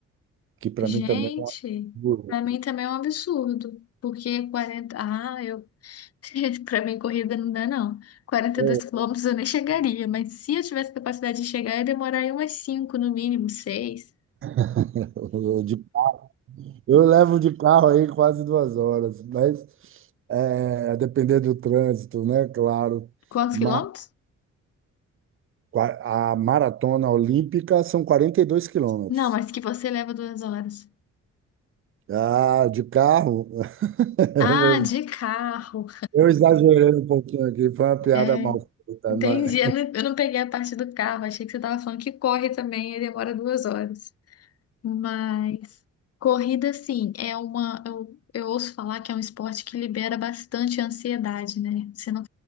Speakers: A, on the right; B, on the left.
A: que para
B: gente,
A: mim também é um absurdo.
B: para mim também é um absurdo. Porque 40 Ah, eu <laughs> Pra mim, corrida não dá, não. quarenta
A: É,
B: e dois quilômetros eu nem chegaria, mas se eu tivesse capacidade de chegar, ia demorar aí umas 5 no mínimo, 6
A: <laughs> Eu, de- eu levo de carro aí quase duas horas, mas é, a depender do trânsito, né? Claro.
B: Quantos
A: Mas
B: quilômetros?
A: qua- a maratona olímpica são 42 quilômetros.
B: Não, mas que você leva duas horas.
A: Ah, de carro, <laughs> eu,
B: Ah, de carro.
A: eu exagerei um pouquinho aqui, foi uma piada
B: É,
A: mal feita.
B: entendi.
A: mas
B: Eu não, eu não peguei a parte do carro. Achei que você tava falando que corre também e demora duas horas. Mas corrida, sim, é uma. Eu, eu ouço falar que é um esporte que libera bastante ansiedade, né? Você não